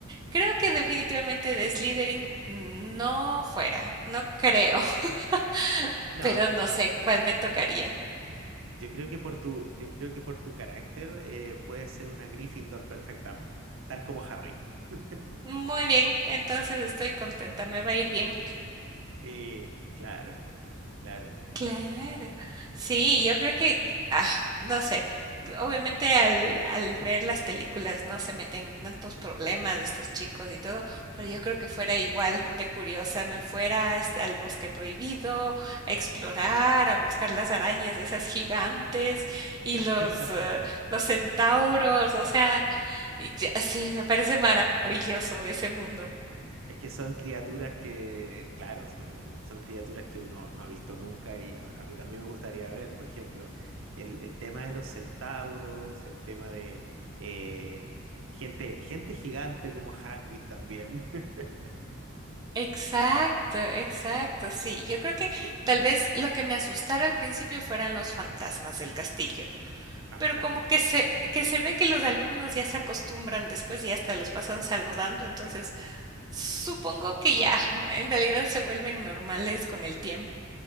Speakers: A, on the right (about 20°); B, on the right (about 65°).
A: creo que definitivamente de Slytherin no fuera, no creo, <laughs>
B: No,
A: pero no sé cuál me tocaría.
B: yo creo que por tu, yo creo que por tu carácter eh, puedes ser una Gryffindor perfectamente, tal como Harry. <laughs>
A: Muy bien, entonces estoy contenta, me va a ir bien.
B: Sí, claro, claro.
A: Claro, sí, yo creo que, ah, no sé, obviamente al, al ver las películas, ¿no? Se meten tantos problemas de estos chicos y todo, pero yo creo que fuera igual de curiosa, me fuera este, al bosque prohibido, a explorar, a buscar las arañas de esas gigantes y
B: <laughs>
A: los, eh, los centauros, o sea, y ya- sí, me parece maravilloso ese mundo.
B: Es que son criaturas que, claro, son, son criaturas que uno no ha visto nunca y a, a mí también me gustaría ver, por ejemplo, el, el tema de los centauros, el tema de eh, gente, gente gigante como Hagrid también. <laughs>
A: Exacto, exacto, sí. Yo creo que
B: Sí,
A: tal vez lo que me asustara al principio fueran los fantasmas del castillo,
B: ah,
A: pero
B: claro.
A: como que se, que se ve que los alumnos ya se acostumbran después y hasta los pasan saludando, entonces supongo que ya, <laughs> en realidad se vuelven normales con el tiempo.